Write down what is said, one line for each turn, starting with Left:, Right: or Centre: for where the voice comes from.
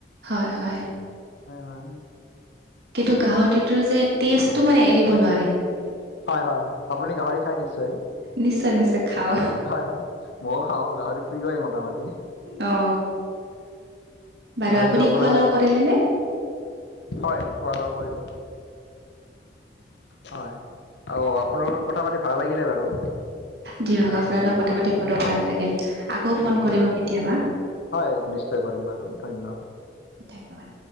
Right: হয়-হয়।
Left: হয় হয়
Right: কিতো কাহৰ তিৰতো যে তিজটো মানে এৰিব নোৱাৰি।
Left: হয়-হয় আপুনি গাহৰি খাই নিশ্চয়
Right: নিশ্চয় নিশ্চয় খাওঁ
Left: হয় - হয়। ময়ো খাও গাহৰি প্ৰিয় এই মোটামুটি।
Right: অ, বাৰু
Left: গাহৰিটো
Right: আপুনি
Left: আপোনাৰ
Right: খোৱা লোৱা কৰিলে নে?
Left: হয় খোৱা লোৱা কৰিলো হয়। আৰু আপোনাৰ লগত কথা পাতি ভাল লাগিলে বাৰু।
Right: দিয়ক
Left: অ,
Right: আপোনাৰ
Left: হয়
Right: লগত কথা পাতি
Left: ঠিক
Right: বৰ ভাল
Left: আছে
Right: লাগিল।
Left: -
Right: আকৌ
Left: হয়
Right: ফোন
Left: ঠিক
Right: কৰিব
Left: আছে।
Right: কেতিয়াবা।
Left: হয় নিশ্চয় কৰিম বাৰু ধন্যবাদ।
Right: ধন্যবাদ।